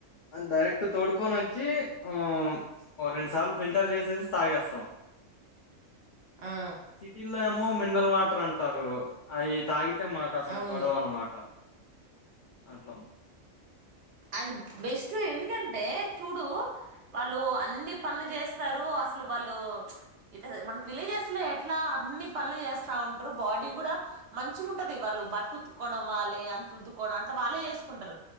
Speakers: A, on the left; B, on the right.
A: డైరెక్ట్ తోడుకొని ఓచ్చి, అ రెండు సార్లు ఫిల్టర్ చేసేసి తాగేస్తాం.
B: ఆ!
A: సిటీల. మో మినరల్ వాటర్ అంటారు అవి తాగి అయితే మాకు అసలు
B: అవును.
A: పడవు అనమాట అట్ల
B: అది బెస్ట్ ఎందుకంటే చూడు వాళ్ళు అన్ని పనులు చేస్తారు అసలు వాళ్ళు ఇ మనకి విలేజెస్ లో ఎట్లా అన్ని పనులు చేస్తా ఉంటారు బాడీ కూడా మంచి ఉంటది వాళ్ళు బట్టటు ఉతుక్కోవడం వాళ్ళే అంత రుద్దుకోవడం అట్లా వాళ్ళే చేసుకుంటారు